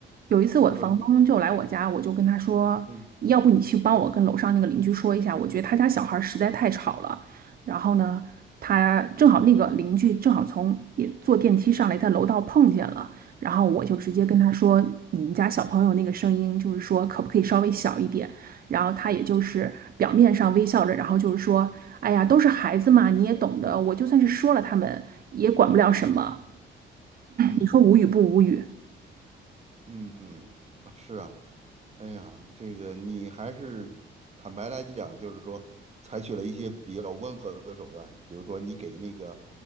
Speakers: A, on the right; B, on the right.
A: 有一次我的房东就来我家，
B: 你说你说，
A: 我就跟他说，
B: 嗯
A: 要不你去帮我跟楼上那个邻居说一下，我觉得他家小孩儿实在太吵了。然后呢，他正好那个邻居正好从也坐电梯上来，在楼道碰见了，然后我就直接跟他说，
B: 嗯
A: 你们家小朋友那个声音，就是说可不可以稍微小一点？然后他也就是表面上微笑着，然后就是说，哎呀，都是孩子嘛，你也懂得，我就算是说了他们，也管不了什么。
B: 嗯
A: 你说无语不无语？
B: 嗯嗯，啊是啊，哎呀，这个你还是坦白来讲，就是说采取了一些比较温和的手段，比如说你给那个，